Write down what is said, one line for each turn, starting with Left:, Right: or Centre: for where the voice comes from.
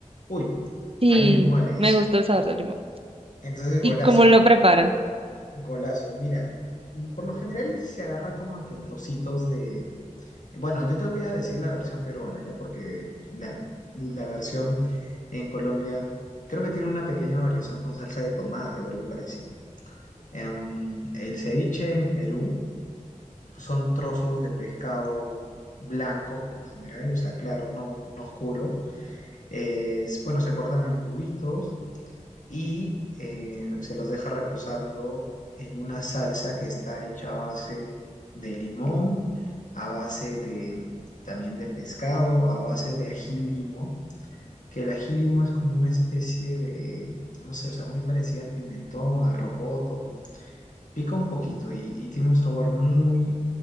Left: Uy.
Right: Sí,
Left: Ahí mismo eres.
Right: me gusta el sabor del limón.
Left: Entonces, golazo,
Right: ¿Y cómo lo preparan?
Left: golazo. Mira, por lo general sí se agarra como a que trocitos de... Bueno, yo te voy a decir la versión peruana, ¿ya? Porque la, la versión en Colombia creo que tiene una pequeña variación con salsa de tomate o algo parecido. Em, el ceviche en Perú son trozos de pescado blanco por lo general, o sea, claro, no, no oscuro. Eh, bueno, se cortan en cubitos y eh, se los deja reposando en una salsa que está hecha a base de limón, a base de también de pescado, a base de ají limo, que el ají limo es como una especie de, no sé, o sea, muy parecida al pimentón, al rocoto, pica un poquito y, y tiene un sabor muy